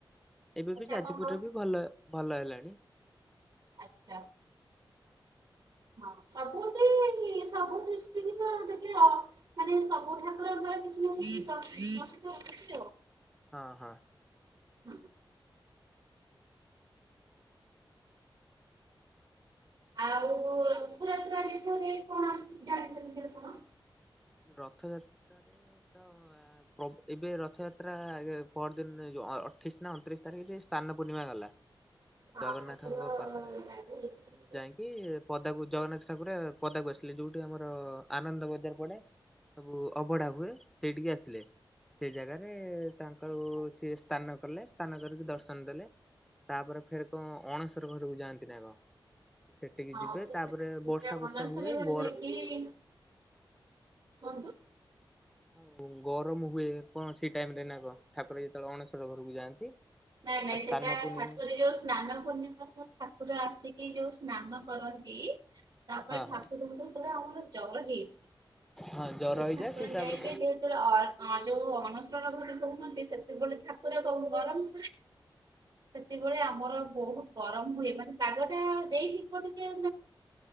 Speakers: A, in the centre; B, on the right.
A: ଏବେ
B: ଆଚ୍ଛା
A: ବି ଯାଜପୁରରେ
B: ଆପଣଙ୍କ
A: ବି ଭଲ ଭଲ ହେଲାଣି।
B: ଆଚ୍ଛା ହଁ ସବୁଠି ସବୁ ଦୃଷ୍ଟିକିରୁ ଟିକେ ଆ ମାନେ ସବୁ ଠାକୁରଙ୍କର କିଛି ନା କିଛି <unintelligible>
A: ହଁ ହଁ
B: ହୁଁ ଆଉ ରଥଯାତ୍ରା ବିଷୟରେ କଣ କିଛି ଜାଣିଚନ୍ତି କଣ?
A: ରଥଯାତ୍ରାରେ ତ ପ୍ରଭ୍ ଏବେ ରଥଯାତ୍ରା ପହଁର ଦିନ ଅଠେଇଶି ନା ଅଣତିରିଶି ତାରିଖରେ ସ୍ନାନ ପୂର୍ଣ୍ଣିମା ଗଲା।
B: ହଁ
A: ଜଗନ୍ନାଥଙ୍କ
B: ଠାକୁର
A: ପାଖେରେ
B: ଗାଧେଇକି
A: ଯାଇଁକି ପଦାକୁ ଜଗନ୍ନାଥ ଠାକୁରେ ପଦାକୁ ଆସିଲେ ଯୋଉଠି ଆମର ଆନନ୍ଦ ବଜାର ପଡେ। ସବୁ ଅବଢା ହୁଏ ସେଇଠିକି ଆସିଲେ। ସେଇ ଜାଗାରେ ତାଙ୍କଉ ସିଏ ସ୍ତାନ କଲେ ସ୍ତାନ କରିକି ଦର୍ଶନ ଦେଲେ। ତାପରେ ଫେରେ କଣ ଅଣଶର ଘରୁକୁ ଯାଆନ୍ତି ନା କଣ ସେ ସେଠିକି
B: ହଁ
A: ଯିବେ।
B: ସେଇଟା
A: ତାପରେ
B: ସେଟା
A: ବର୍ଷା
B: ମନସୁର
A: ବର୍ଷା ହୁଏ
B: ଘରେ
A: ଗର
B: ଯାଇକି କୁହନ୍ତୁ।
A: ଆଉ ଗରମ ହୁଏ କଣ ସେଇ ଟାଇମ ରେ ନା କଣ ଠାକୁର ଯେତେବଳେ ଅଣଶର ଘରୁକୁ ଯାଆନ୍ତି।
B: ନାଇଁ ନାଇଁ
A: ଆଉ ସ୍ଥାନ
B: ସେଟା
A: ପୁନି
B: ଖାସ୍
A: ହଁ
B: କରି ଯୋଉ ସ୍ନାନ ପୂର୍ଣ୍ଣିମା। କୁ ଠାକୁର ଆସିକି ଯୋଉ ସ୍ନାନ କରନ୍ତି। ତାପରେ ଠାକୁରଙ୍କୁ
A: ହଁ
B: ତରେ ଆମର ଜର ହେଇଚି
A: ହଁ ଜର
B: ସେ
A: ହେଇଯାଏ
B: ଠାକୁର
A: ତାପରେ
B: ଯାଇଁକି ଯେ ଯେତେବେଳେ ଅ ଅ ଯୋଉ ଅଣସର ଘରେ ରୁହନ୍ତି ସେତେବେଳେ ଠାକୁର ଙ୍କୁ ଗରମ। ସେତିକିବେଳେ ଆମର ବୋହୁତ୍ ଗରମ ହୁଏ ମାନେ ପାଗଟା ଦେଇଥିବ ଟିକେ।